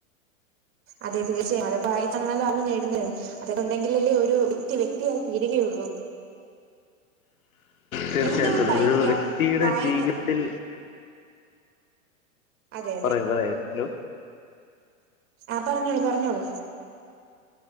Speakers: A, on the right; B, on the left.
A: അതെ തീർച്ചയായും അതെ വായിച്ചണല്ലോ അറിവ് നേടണ്ട അതൊക്കെ ഉണ്ടെങ്കിൽ അല്ലേ ഒരു വ്യക്തി വ്യക്തിയായി തീരുകയുള്ളൂ
B: തീർച്ചയായിട്ടും
A: എന്തുകൊണ്ടായിരിക്കാം
B: ഒരു വ്യക്തിയുടെ
A: വായന
B: ജീവിതത്തിൽ
A: അതെ
B: പറയൂ പറയൂ ഹലോ
A: ആഹ പറഞ്ഞോളൂ പറഞ്ഞോളൂ